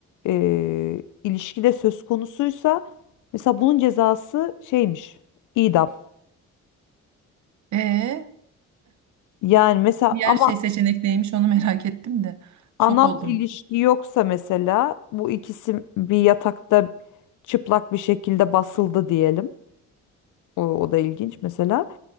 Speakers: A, on the left (about 85°); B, on the right (about 65°).
A: e, ilişkide söz konusuysa mesela bunun cezası şeymiş idam.
B: Ee,
A: Yani mesela
B: diğer
A: ama
B: şey seçenek neymiş onu merak ettim de.
A: anal
B: Şok oldum.
A: ilişki yoksa mesela bu ikisi bir yatakta çıplak bir şekilde basıldı diyelim. O, o da ilginç mesela.